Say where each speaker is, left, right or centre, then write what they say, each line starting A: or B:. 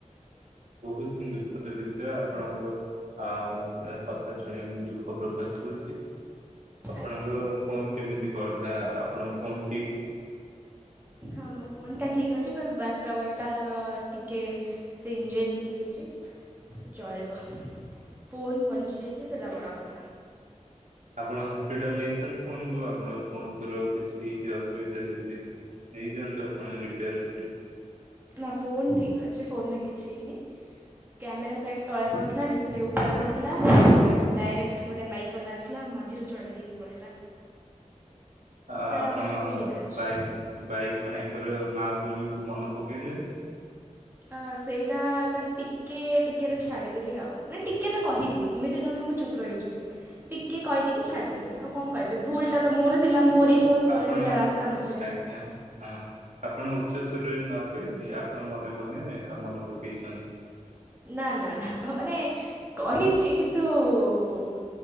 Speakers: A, on the right; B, on the right.
A: ବୋହୁତ ହିଁ ଦୁଃଖଦ ବିଷୟ ଆପଣଙ୍କ ଆ ପୁରା କ ଥା ଶୁଣି ମୁଁ ଦୁଃଖ ପ୍ରକାଶ କରୁଚି ଆପଣଙ୍କ
B: ଆଜ୍ଞା
A: ଫୋନ୍ କେମିତି କଣ ହେଲା ଆପଣ ଫୋନ୍
B: ହଁ ମୋ ଫୋନ୍ ଟା ଠିକ୍ ଅ ଚି ବାସ୍ ବାକାବାଟା ଆର ଟିକେ ସେ ଇଞ୍ଜୋରି ହେଇଯାଇଚି। ସେ ଚଳିବ ଫୋନ୍ ବଞ୍ଚିଯାଇଚି ସେଟା ବଡ଼ କଥା।
A: ଆପଣ ହସ୍ପିଟାଲ ନେଇଛନ୍ତି ଫୋନ୍ କୁ ଆପଣ ଫୋନଙ୍କର କିଛି ହେଇଛି ଅସୁବିଧା ଯଦି। ନେଇଯାଆନ୍ତୁ ଆପଣ ରିପେୟାର୍ କରି।
B: ନାଁ ଫୋନ୍ ଠିକ୍ ଅଛି ଫୋନ୍ ରେ କିଛି ହେଇନି। କ୍ୟାମେରା ସାଇଟ୍ ତଳେ ପଡ଼ିଥିଲା ଡିସପ୍ଲେ ଉପରେ ପଡ଼ିଥିଲା ତ ଡାଇରେକ୍ଟ୍ ଗୋଟେ ବାଇକ୍ ବାଲା ଆସଲା ମଝିରୁ ଚଢ଼େଇ ଦେଇକି ପଳେଇଲା।
A: ଆ
B: ତା
A: ଆପଣ
B: ଫୋନ୍ ଠିକ୍ ଅଛି
A: ବାଇକ୍ ବାଇ ଭାଇଙ୍କର ମା ଭୋଉଣୀଙ୍କୁ ମନେ ପକେଇଲେନ୍
B: ଆ ସେଇଟା ତ ଟିକେ ଟିକେରେ ଛାଡ଼ିଦେଲି ଆଉ ମିନ୍ ଟିକେ ତ କହିବି ଏମିତି ନୁହଁ କି ମୁଁ ଚୁପ୍ ରହିଯିବି ଟିକେ କହିଦେଇକି ଛାଡ଼ିଦେଲି ଆଉ କଁ କହି ବେ ଭୁଲଟା ତ ମୋର ଥିଲା ମୋରି ଫୋନ୍ ଗଳିଥିଲା
A: ଆପଣ
B: ରାସ୍ତା ମଝିରେ।
A: ଆଜ୍ଞା ହଁ। ଆପଣ ଉଚ୍ଚ ସ୍ବରରେ ନ କହି ଆପଣ ମନେ ମନେ ଅ ମନ ପକେଇଛନ୍।
B: ନା ନା ନା ମାନେ କହିଛି କିନ୍ତୁ